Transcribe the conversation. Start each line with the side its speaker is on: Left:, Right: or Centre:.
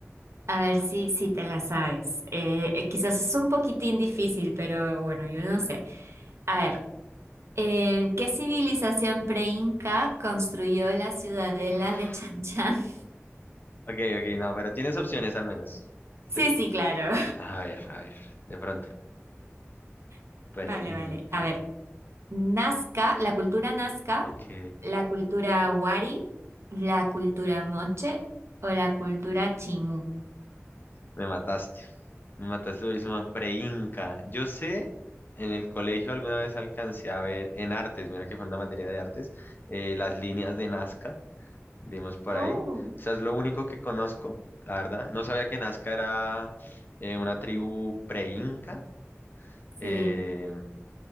Right: a ver si, si te la sabes. Eh, eh, quizás es un poquitín difícil, pero bueno, yo no sé. A
Left: A ver.
Right: ver. Eh, ¿qué civilización pre-inca construyó la ciudadela
Left: Uf.
Right: de Chan Chan? <laughs>
Left: Ok, ok, no, pero tienes opciones al menos. ¿Sí?
Right: Sí, sí, claro.
Left: A ver, a ver, de pronto.
Right: <laughs>
Left: Preinca.
Right: Vale, vale. A ver, Nazca, la cultura Nazca,
Left: Ok.
Right: la cultura Wari, la cultura Moche o la cultura Chimú.
Left: Me mataste. Me mataste durísima. Preinca. Yo sé, en el colegio alguna vez alcancé a ver en artes, mira que fue una materia de artes, eh, las líneas de Nazca, vimos por
Right: Oh,
Left: ahí. O sea, es lo único que conozco, la verdad. No sabía que Nazca era eh, una tribu preinca. eh,
Right: sí.